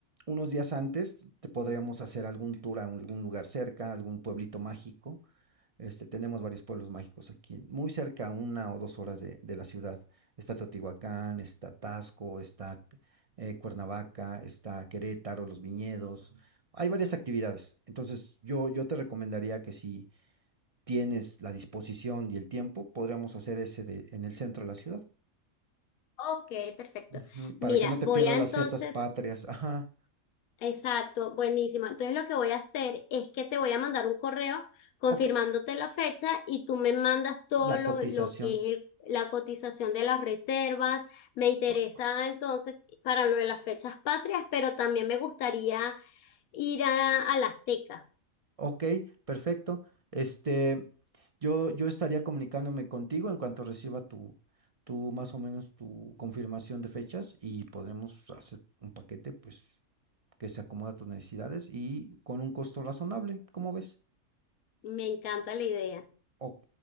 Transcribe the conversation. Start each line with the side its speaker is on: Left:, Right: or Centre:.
Right: unos días antes te podríamos hacer algún tour a algún lugar cerca, algún pueblito mágico. Este, tenemos varios pueblos mágicos aquí, muy cerca, una o dos horas de, de la ciudad. Está Teotihuacán, está Taxco, está eh, Cuernavaca, está Querétaro, Los Viñedos. Hay varias actividades. Entonces, yo, yo te recomendaría que sí tienes la disposición y el tiempo, podríamos hacer ese de, en el centro de la ciudad,
Left: Ok, perfecto.
Right: Ujú,
Left: Mira,
Right: para que no te
Left: voy
Right: pierdas
Left: a
Right: las
Left: entonces,
Right: fiestas patrias. Ajá,
Left: exacto, buenísimo. Entonces lo que voy a hacer es que te voy a mandar un correo confirmándote
Right: ok,
Left: la fecha y tú me mandas todo
Right: la
Left: lo,
Right: cotización.
Left: lo que es el- la cotización de las reservas. Me interesa
Right: o-
Left: entonces para lo de las fechas patrias, pero también me gustaría ir a, a la Azteca.
Right: Ok, perfecto. Este, yo, yo estaría comunicándome contigo en cuanto reciba tu, tu, más o menos tu confirmación de fechas y podremos hacer un paquete, pues, que se acomoda a tus necesidades y con un costo razonable, ¿cómo ves?
Left: Me encanta la idea.
Right: Ok,